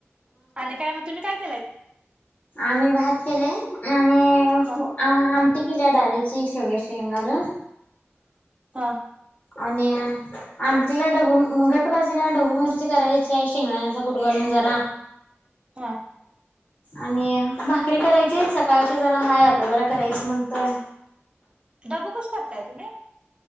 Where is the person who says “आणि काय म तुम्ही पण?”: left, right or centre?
Right